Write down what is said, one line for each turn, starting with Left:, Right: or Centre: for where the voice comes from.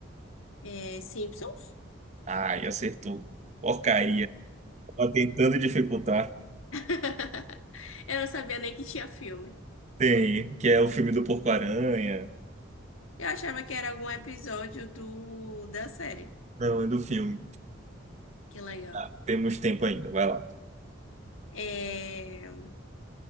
Left: É Simpsons?
Right: Ai, acertou. Porcaria. Tava tentando dificultar.
Left: <laughs> Eu não sabia nem que tinha filme.
Right: Tem, que é o filme do Porco-Aranha.
Left: Eu achava que era algum episódio do da série.
Right: Não, é do filme.
Left: Que legal.
Right: Tá, temos tempo ainda, vai lá.
Left: É,